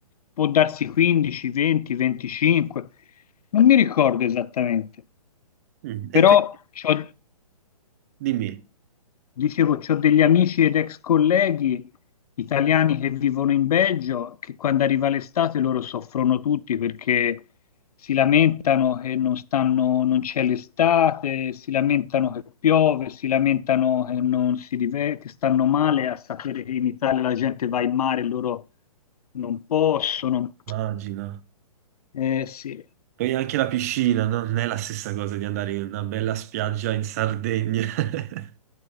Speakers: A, on the left (about 75°); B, on the right (about 25°).
A: può darsi 15, 20, 25, non mi ricordo esattamente,
B: Mm.
A: però
B: E tu
A: c'ho-
B: dimmi,
A: Dicevo, ho degli amici ed ex colleghi italiani che vivono in Belgio, che quando arriva l'estate loro soffrono tutti perché si lamentano che non stanno, non c'è l'estate, si lamentano che piove, si lamentano che non si diver- che stanno male a sapere che in Italia la gente va in mare e loro non possono.
B: immagina.
A: Eh, sì.
B: Poi anche la piscina, no? Non è la stessa cosa di andare in una bella spiaggia in Sardegna. <laughs>